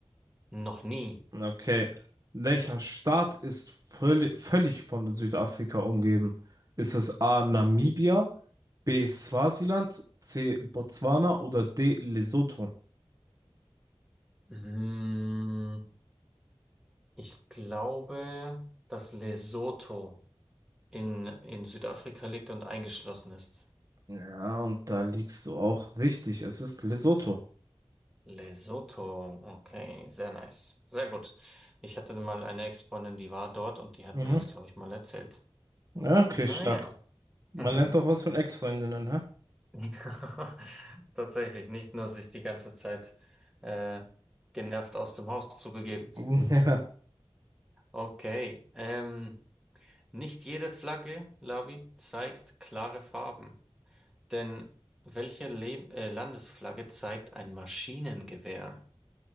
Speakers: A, in the centre; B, on the right.
A: Noch nie.
B: Okay. Welcher Staat ist völlig, völlig von Südafrika umgeben? Ist es A. Namibia, B. Swasiland, C. Botswana oder D. Lesotho?
A: Mm. Ich glaube, dass Lesotho in, in Südafrika liegt und eingeschlossen ist.
B: Ja, und da liegst du auch richtig. Es ist Lesotho.
A: Lesotho, okay, sehr nice. Sehr gut. Ich hatte mal eine Ex-Freundin, die war dort und die hat
B: Mhm.
A: mir das, glaube ich, mal erzählt.
B: Ja, okay,
A: Naja.
B: stark. Man
A: Mhm.
B: lernt doch was von Ex-Freundinnen, hä?
A: <laughs> Tatsächlich, nicht nur sich die ganze Zeit äh, genervt aus dem Haus zu begeben.
B: Ja,
A: Okay. Ähm, nicht jede Flagge, Lavi, zeigt klare Farben. Denn welche Le äh, Landesflagge zeigt ein Maschinengewehr?